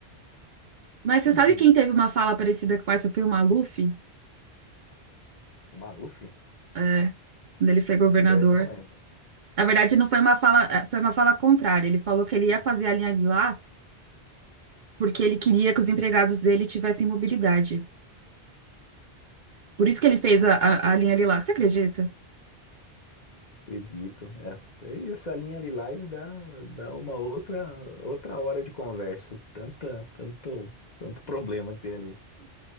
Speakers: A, on the right (about 55°); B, on the left (about 45°).
A: Mas você
B: <clears throat>
A: sabe quem teve uma fala parecida com essa? Foi o Maluf,
B: O Maluf?
A: é, quando ele foi governador.
B: Dessa eu não lembro,
A: Na verdade, não foi uma fala, é, foi uma fala contrária. Ele falou que ele ia fazer a linha Lilás porque ele queria que os empregados dele tivessem mobilidade. Por isso que ele fez a, a, a linha Lilás. Você acredita?
B: acredito. Essa, e essa linha Lilás dá, dá uma outra, outra hora de conversa, de tanta, tanto, tanto problema que tem ali.